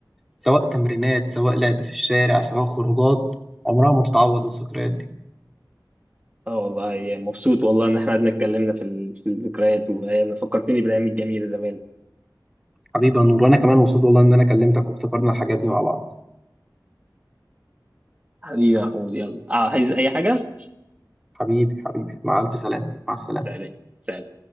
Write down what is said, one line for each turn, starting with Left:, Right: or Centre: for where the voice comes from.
Centre: سواء تمرينات سواء لعب في الشارع سواء خروجات عمرها ما تتعوض الذكريات دي
Right: اه والله يا مبسوط والله ان احنا قعدنا اتكلمنا في ال- في الذكريات وايام فكرتني بالايام الجميله زمان
Centre: حبيبي يا نور وأنا كمان مبسوط والله إن أنا كلمتك وافتكرنا الحاجات دي مع بعض
Right: حبيبي يا محمود يلا آه، عايز اي حاجه
Centre: حبيبي حبيبي مع ألف سلامة مع السلامة
Right: سلام سلام